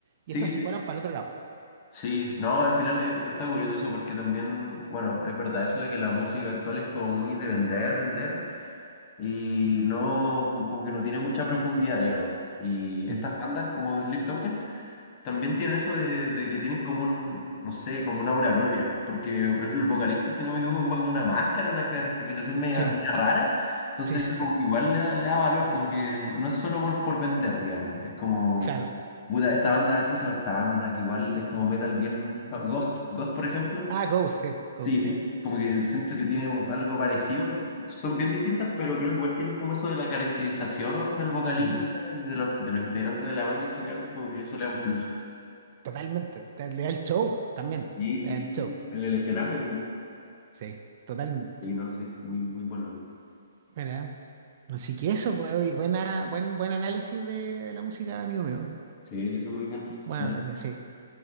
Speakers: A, on the right (about 45°); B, on the left (about 35°).
A: Y
B: Sí,
A: estos se
B: sí,
A: fueron para el otro lado.
B: Sí, no, al final eh, está curioso eso porque también, bueno, es verdad eso de que la música actual es como muy de vender, vender y no, como, como que no tiene mucha profundidad, digamos. Y
A: Mm.
B: estas bandas como Sleep Token también tienen eso de, de que tienen como un, no sé, como una aura propia. Porque, por ejemplo, el vocalista, si no me equivoco, ocupa como una máscara, una caracterización media,
A: Sí,
B: media rara. Entonces
A: sí, sí,
B: eso
A: sí.
B: como que igual le da, le da valor, como que no, no es solo por, por vender, digamos, es como
A: Claro.
B: Puta, esta banda, ¿cómo se llama esta banda? Que igual es como metal bien... fa- Ghost, Ghost, por ejemplo.
A: Ah, Ghost, sí, Ghost,
B: Sí, Ghost,
A: sí.
B: como que siento que tiene un- algo parecido. Son bien distintas, pero creo que igual tienen como eso de la caracterización del vocalista
A: Mm.
B: y de los, de los integrantes de la banda en general, y como que eso le da un plus.
A: Totalmente. Te- Le da el show también.
B: Sí, sí,
A: Le da
B: sí.
A: el show.
B: sí. En el escenario también.
A: Sí, totalmente.
B: Y no, sí, muy, muy bueno.
A: Mira. Así que eso fue hoy. Buena, buen, buen análisis de, de la música, amigo mío.
B: Sí, sí, sí, muy bien.
A: Buen
B: Da-
A: análisis, sí,